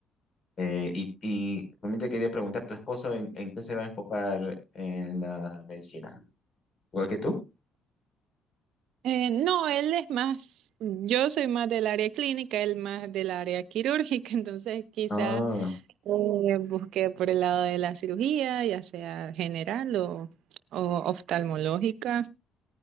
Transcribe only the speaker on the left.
Eh, y, y también te quería preguntar, ¿tu esposo en, en qué se va a enfocar en la medicina? ¿Igual que tú?
Ah,